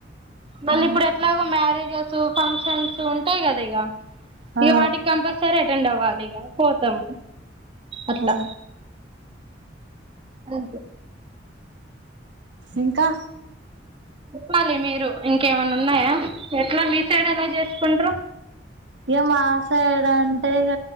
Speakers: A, on the right; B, on the right.
A: మళ్ళీ
B: ఆ
A: ఇప్పుడు ఎట్లాగో మ్యారేజెస్ ఫంక్షన్స్ ఉంటాయి కదా ఇగ
B: ఆ
A: ఈ వాటికి కంపల్సరి అటెండ్ అ అనిగా పోతాం అట్లా
B: ఆ
A: ఒకే
B: ఇంకా
A: చెప్పాలి మీరు ఇంకేమన్నా ఉన్నాయా ఎట్లా మీ సైడ్ ఎలా చేసుకుంట్రూ
B: ఇక మా సైడ్ అంటే ఇద